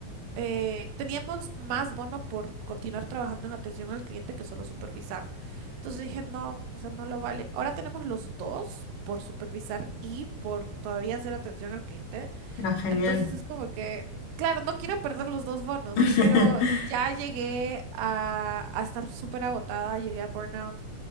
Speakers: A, on the right (about 75°); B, on the left (about 65°).
A: eh, teníamos más bono por continuar trabajando en atención al cliente que solo supervisar. Entonces dije, no, o sea, no lo vale. Ahora tenemos los dos por supervisar y por todavía hacer atención al cliente.
B: Ah, genial.
A: Entonces es como que, claro, no quiero perder los dos bonos,
B: <laughs>
A: pero ya llegué a, a estar súper agotada, llegué a burnout